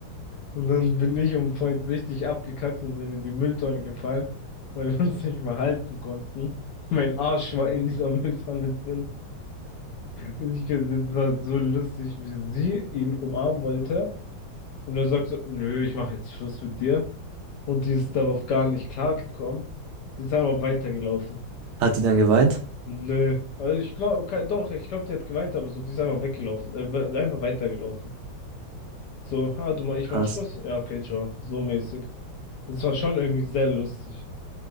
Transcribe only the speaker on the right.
Hat die dann geweint?
Krass.